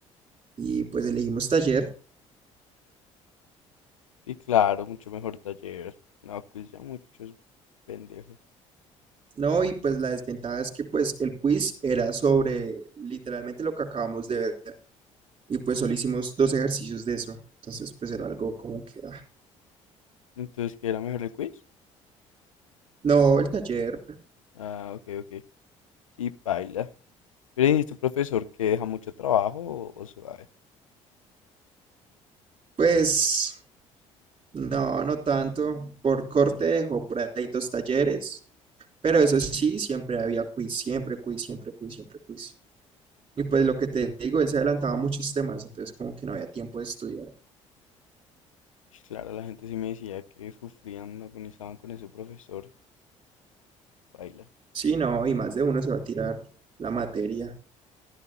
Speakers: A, on the right; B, on the left.
A: Y pues elegimos taller
B: Y claro, mucho mejor taller. No, quiz ya muchos pendejos.
A: No, y pues la desventaja es que pues el quiz era sobre literalmente lo que acabamos de ver y pues solo hicimos dos ejercicios de eso. Entonces pues era algo como que, ah,
B: Entonces, ¿qué era mejor el quiz?
A: no, el taller,
B: Ah, ok, ok. Sí, paila. Pero dijiste, profesor, que deja mucho trabajo o, o suave.
A: pues no, no tanto. Por corte dejó por ahí dos talleres, pero eso sí, siempre había quiz, siempre quiz, siempre quiz, siempre quiz. Y pues lo que te digo, él se adelantaba a muchos temas, entonces como que no había tiempo de estudiar.
B: Y Claro, la gente sí me decía que sufrían, agonizaban con ese profesor. Paila.
A: Sí, no, y más de uno se va a tirar la materia.